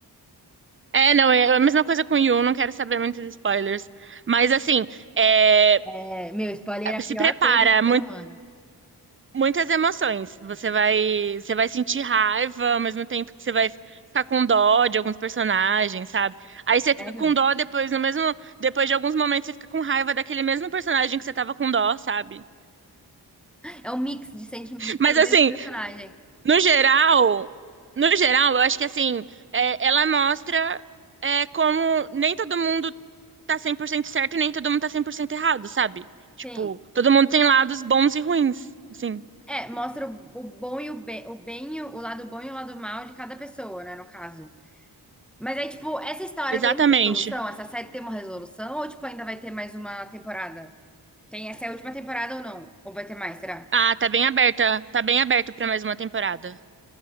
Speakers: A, on the right (about 30°); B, in the centre.
A: É, não, é a mesma coisa com Yu, não quero saber muitos spoilers. Mas assim, é,
B: É, meu, spoiler é a
A: se
B: pior
A: prepara,
B: coisa do ser humano.
A: muitas emoções. Você vai, você vai sentir raiva, ao mesmo tempo que você vai ficar com dó de alguns personagens, sabe? Aí você fica
B: Sério?
A: com dó depois, no mesmo, depois de alguns momentos você fica com raiva daquele mesmo personagem que você tava com dó, sabe?
B: É um mix de sentimentos
A: Mas
B: pro
A: assim,
B: mesmo personagem.
A: no geral, no geral, eu acho que assim, é, ela mostra é, como nem todo mundo tá 100% certo e nem todo mundo tá 100% errado, sabe? Tipo,
B: Sim.
A: todo mundo tem lados bons e ruins, assim.
B: É, mostra o, o bom e o bem, o bem, e o, o lado bom e o lado mal de cada pessoa, né? No caso. Mas aí, tipo, essa história
A: Exatamente.
B: tem uma resolução? Essa série tem uma resolução? Ou, tipo, ainda vai ter mais uma temporada? Tem essa é a última temporada ou não? Ou vai ter mais, será?
A: Ah, tá bem aberta, tá bem aberto pra mais uma temporada.